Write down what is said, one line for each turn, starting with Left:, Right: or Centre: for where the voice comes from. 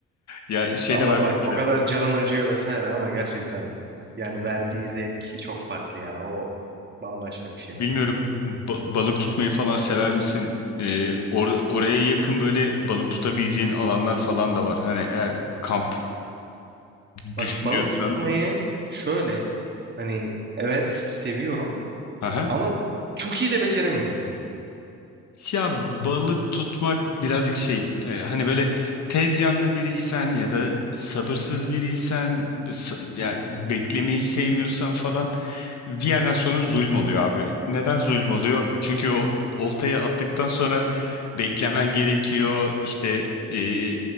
Left: Ya şey
Right: Ama
Left: de var
Right: bak
Left: mesela
Right: o kadar canın acıyor vesaire ama gerçekten yani verdiği zevk çok farklı ya. O bambaşka bir şey
Left: bilmiyorum
Right: yani.
Left: ba- balık tutmayı falan sever misin? E, or- oraya yakın böyle balık tutabileceğin alanlar falan da var. Hani eğer kamp düşünüyorsan.
Right: Bak balık tutmayı şöyle hani evet seviyorum
Left: <laughs>
Right: ama çok iyi de beceremiyorum.
Left: Ya balık tutmak birazcık şey e, hani böyle tez canlı biriysen ya da sabırsız biriysen s- yani beklemeyi sevmiyorsan falan bir yerden sonra zulüm oluyor abi. Neden zulüm oluyor? Çünkü o oltayı attıktan sonra beklemen gerekiyor işte e,